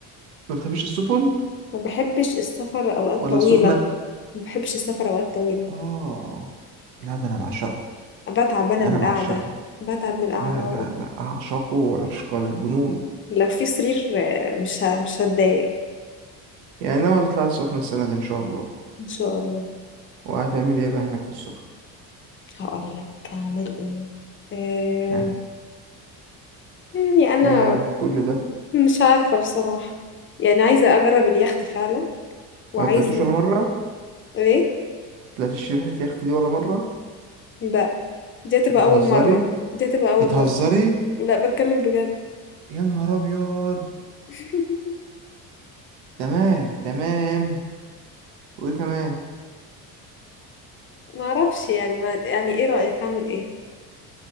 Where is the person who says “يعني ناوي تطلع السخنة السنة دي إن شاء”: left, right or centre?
Right